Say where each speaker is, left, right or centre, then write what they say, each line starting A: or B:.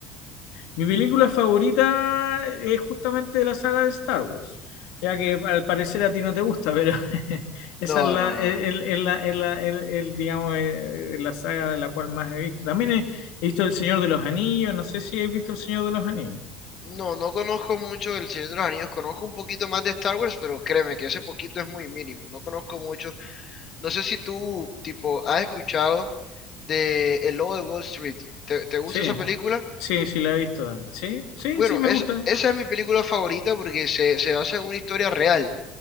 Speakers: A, on the left; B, on the left.
A: Mi película favorita es justamente la saga de Star Wars, ya que al parecer a ti no te gusta, pero <laughs> esa
B: No,
A: es la,
B: no.
A: el, el- la, el- la- el- el, digamos, eh, la saga de la cual más he visto. También he, he visto El Señor de los Anillos, no sé si has visto El Señor de los Anillos.
B: No, no conozco mucho del Señor de los Anillos, conozco un poquito más de Star Wars, pero créeme que ese poquito es muy mínimo, no conozco mucho. No sé si tú, tipo, has escuchado de El Lobo de Wall Street. ¿Te, te gusta
A: Sí,
B: esa película?
A: sí, sí la he visto también. Sí, sí,
B: Bueno,
A: sí me
B: es,
A: gusta.
B: esa es mi película favorita porque se, se basa en una historia real.